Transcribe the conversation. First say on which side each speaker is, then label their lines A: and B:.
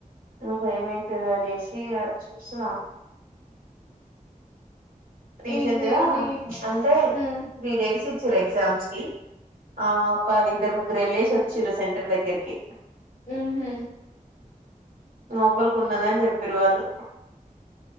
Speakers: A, on the right; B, on the left.
A: భయమైతది అనేసి చూస్తున రీసెంట్గా
B: ఏం చేయండి
A: అంటే
B: మ్మ్.
A: త్రీ డేస్ రు ఎగ్జామ్స్ కి ఆ ఒక ఇద్దరు ముగ్గురు వెళ్ళేసి వచ్చిరు సెంటర్ దగ్గరికి
B: ఉహు
A: లోపలికి ఉన్నదని చెప్పిర్రు వాళ్ళు